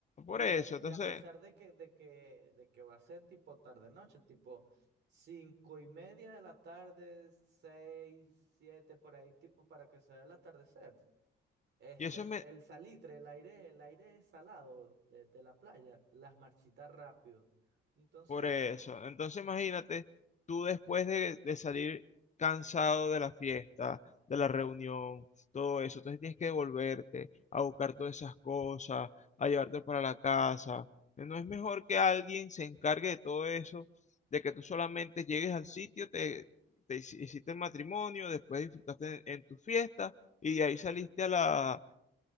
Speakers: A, on the right (about 60°); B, on the left (about 35°).
A: Y
B: por eso,
A: a,
B: entonces,
A: y a pesar de que, de que, de que va a ser tipo tarde-noche, tipo cinco y media de la tarde, seis, siete, por ahí, tipo para que se vea el atardecer. Este,
B: y eso,
A: el, el salitre, el aire, el aire salado de, de la playa, las marchitas rápido. Entonces,
B: Por eso. Entonces imagínate, tú después de, de salir cansado de la fiesta, de la reunión, todo eso, entonces tienes que devolverte a buscar todas esas cosas, a llevarte para la casa. ¿No es mejor que alguien se encargue de todo eso, de que tú solamente llegues al sitio, te, te hici- hiciste el matrimonio, después disfrutaste en, en tu fiesta y de ahí saliste a la,